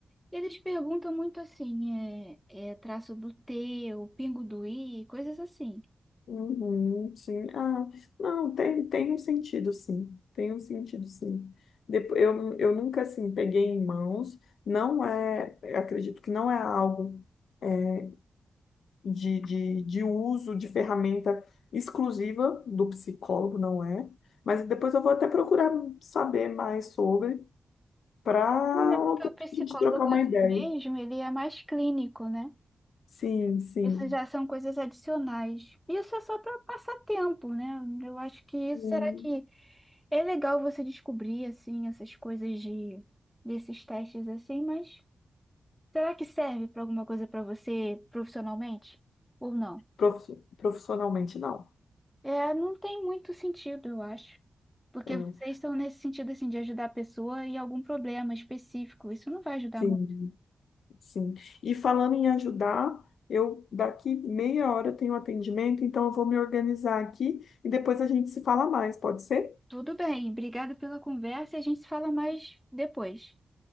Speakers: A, in the centre; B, on the left (about 80°).
A: Eles perguntam muito assim, é, é traço do T, o pingo do I, coisas assim.
B: Uhum, sim. Ah, não, tem, tem um sentido, sim. Tem um sentido, sim. Depois, eu, eu nunca, assim, peguei em mãos. Não é, eu acredito que não é algo é, de, de, de uso de ferramenta exclusiva do psicólogo, não é? Mas depois eu vou até procurar saber mais sobre. para
A: É
B: outro
A: porque o
B: dia
A: psicólogo
B: a gente trocar uma
A: assim
B: ideia.
A: mesmo, ele é mais clínico, né?
B: Sim, sim.
A: Isso já são coisas adicionais. Isso é só para passar tempo, né? Eu acho que isso,
B: Hum,
A: será que é legal você descobrir assim essas coisas de desses testes assim, mas será que serve para alguma coisa para você profissionalmente ou não?
B: profi- Profissionalmente, não.
A: É, não tem muito sentido, eu acho. Porque
B: É,
A: vocês estão nesse sentido assim de ajudar a pessoa em algum problema específico. Isso não vai ajudar
B: sim,
A: muito.
B: sim. E falando em ajudar, eu daqui meia hora eu tenho um atendimento, então eu vou me organizar aqui e depois a gente se fala mais, pode ser?
A: Tudo bem, obrigado pela conversa e a gente se fala mais depois.